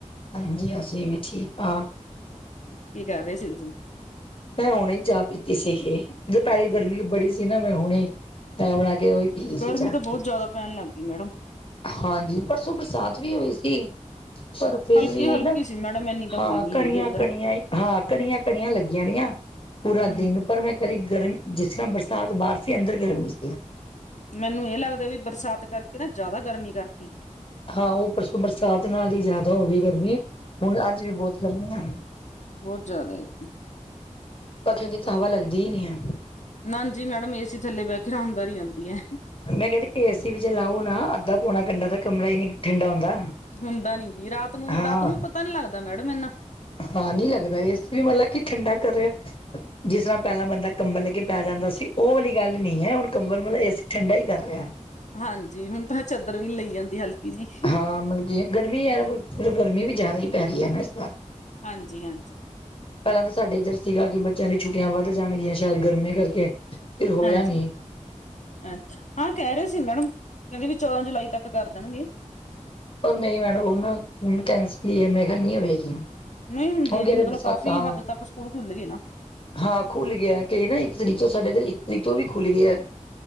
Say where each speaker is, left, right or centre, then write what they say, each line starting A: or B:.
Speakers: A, on the left; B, on the left.
A: ਹਾਂਜੀ ਅਸੀਂ ਵੀ ਠੀਕ ਹਾਂ
B: ਕੀ ਕਰ ਰਹੇ ਸੀ, ਤੁਸੀਂ?
A: ਮੈਂ ਹੁਣੇ ਚਾਹ ਪੀਤੀ ਸੀਗੀ, ਦੋਪੈਹਰੀ ਗਰਮੀ ਬੜੀ ਸੀ ਨਾ, ਮੈ ਹੁਣੇ ਚਾਹ ਬਣਾ ਕੇ ਉਹੀ। ਪੀ ਲਈ ਸੀ
B: ਗਰਮੀ
A: ਚਾਹ।
B: ਤਾਂ ਬਹੁਤ ਜ਼ਿਆਦਾ ਪੈਣ ਲੱਗ ਗਈ ਮੈਡਮ।
A: ਹਾਂਜੀ, ਪਰਸੋਂ ਬਰਸਾਤ ਵੀ ਹੋਈ ਸੀ। ਪਰ ਫਿਰ
B: ਹਲਕੀ
A: ਵੀ
B: ਹਲਕੀ
A: ਨਾ
B: ਸੀ ਮੈਡਮ ਇੰਨੀ ਤਾਂ
A: ਹਾਂ
B: ਹੋਈ ਨੀ
A: ਕਣੀਆਂ-
B: ਹੈਗੀ ਇੱਧਰ
A: ਕਣੀਆਂ ਹਾਂ ਕਣੀਆਂ- ਕਣੀਆਂ ਲੱਗੀਆਂ। ਪੂਰਾ
B: ਹਮ
A: ਦਿਨ ਪਰ ਮੈ ਕਦੀ ਗਰ, ਜਿਸ ਤਰ੍ਹਾਂ ਬਰਸਾਤ ਬਾਹਰ ਸੀ ਅੰਦਰ ਗਰਮੀ ਸੀ।
B: ਮੈਨੂੰ ਇਹ ਲੱਗਦਾ ਵੀ ਬਰਸਾਤ ਕਰਕੇ ਨਾ ਜ਼ਿਆਦਾ ਗਰਮੀ ਕਰਤੀ।
A: ਹਾਂ ਔ ਪਰਸੋਂ ਬਰਸਾਤ ਨਾਲ ਹੀ ਜਾਦਾ ਹੋ ਗਈ ਗਰਮੀ ਹੁਣ ਅੱਜ ਵੀ ਬੋਤ ਗਰਮੀ ਆ।
B: ਬੋਤ ਜਾਦਾ ਹੈਗੀ।
A: ਪਖੇ ਦੀ ਤਾਂ ਹਵਾ ਲੱਗਦੀ ਹੀ ਨੀ ਹੈ।
B: ਨਾਂਜੀ ਮੈਡਮ ਏਸੀ ਥੱਲੇ ਬੈਕੇ ਰਾਮਦਾਰੀ ਆਂਦੀ ਐ।
A: ਮੈਂ ਕਹਿੰਦੀ ਏਸੀ ਵੀ ਚਲਾ ਔ ਨਾ, ਅੱਧਾ ਪਾੌਣਾ ਘੰਟਾ ਤਾਂ ਕਮਰਾ ਹੀ ਨੀ ਠੰਡਾ ਹੁੰਦਾ।
B: ਹੁੰਦਾ ਨੀ ਜੀ ਰਾਤ ਨੂੰ
A: ਹਾਂ
B: ਰਾਤ ਨੂੰ ਪਤਾ ਨੀ ਲੱਗਦਾ ਮੈਡਮ ਐਨਾ।
A: ਹਾਂ ਨੀ ਲੱਗਦਾ ਏਸੀ ਵਾਲਾ ਕਿ ਠੰਡਾ ਕਰਰਿਹੇ। ਜਿਸ ਤਰ੍ਹਾਂ ਪੈਲਾਂ ਬੰਦਾ ਕੰਬਲ ਲੈ ਕੇ ਪੈ ਜਾਂਦਾ ਸੀ ਓ ਵਾਲੀ ਗੱਲ ਨੀ ਐ ਹੁਣ ਕੰਬਲ ਮਤਲਬ ਏ ਸੀ ਠੰਡਾ ਹੀ ਕਰ ਰਿਹਾ।
B: ਹਾਂਜੀ ਹੁਣ ਤਾਂ ਚਦਰ ਵੀ ਨੀ ਲਈ ਜਾਂਦੀ ਹਲਕੀ ਜੀ ਹਈ
A: ਹਾਂ ਮਲ ਕੀ <unintelligible> ਗਰਮੀ ਐਹੋ। ਫਿਰ ਗਰਮੀ ਵੀ ਜਿਆਦਾ ਹੀ ਪੈ ਰਹੀ ਹੈ। ਨਾ ਇਸ ਵਾਰ-
B: ਹਾਂਜੀ ਹਾਂਜੀ।
A: ਪੈਲਾਂ ਤਾਂ ਸਾਡੇ ਇੱਧਰ ਸੀਗਾ ਕਿ ਬੱਚਿਆਂ ਦੀ ਛੁੱਟੀਆਂ ਵੱਧ ਜਾਣਗੀਆਂ ਸ਼ਾਇਦ ਗਰਮੀਆਂ ਕਰਕੇ ਫਿਰ ਹੋਇਆ
B: ਹਾਂਜੀ
A: ਨੀ।
B: ਅੱਛ। ਹਾਂ ਕੈ ਰੇ ਸੀ ਮੈਡਮ ਕੈਂਦੇ ਵੀ ਚੌਦਾਂ ਜੁਲਾਈ ਤੱਕ ਕਰ ਦੇਣਗੇ।
A: ਓ ਨਈ ਮੈਡਮ ਔ ਨਾ ਕੈਂਸਲੀ ਏ ਮੈਂ ਕਿਹਾ ਨਈ ਹੋਵੇਗੀ।
B: ਨਈ ਹੁੰਦੀਆਂ
A: ਹੁਣ ਕਹਿ
B: ਜੀ
A: ਰਹੇ
B: ਮਤਲਬ
A: ਬਰਸਾਤਾਂ
B: ਕਾਫ਼ੀ ਹੱਦ ਤੱਕ ਸਕੂਲ ਖੁੱਲ ਗਏ ਨਾ।
A: ਹਾਂ ਖੁੱਲ ਗਿਆ। ਕਈ ਨਾ ਇੱਕ ਤਰੀਕ ਤੋਂ ਸਾਡੇ ਤਾਂ ਇੱਕ ਤਰੀਕ ਤੋਂ ਵੀ ਖੁੱਲ ਗਿਆ।